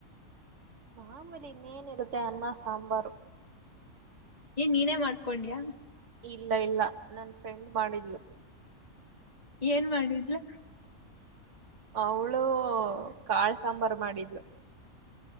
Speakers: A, on the right (about 60°); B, on the left (about 30°).
A: ಮಾಮುಲಿ ಇನ್ನೇನು ಇರುತ್ತೆ, ಅನ್ನ ಸಾಂಬಾರು.
B: ಏನ್ ನೀನೇ ಮಾಡ್ಕೊಂಡಿಯ.
A: ಇಲ್ಲ ಇಲ್ಲ ನನ್ ಫ್ರೆಂಡ್ ಮಾಡಿದ್ಲು
B: ಏನ್ ಮಾಡಿದ್ಲು
A: ಅವಳು ಕಾಳ್ ಸಾಂಬಾರು ಮಾಡಿದ್ಲು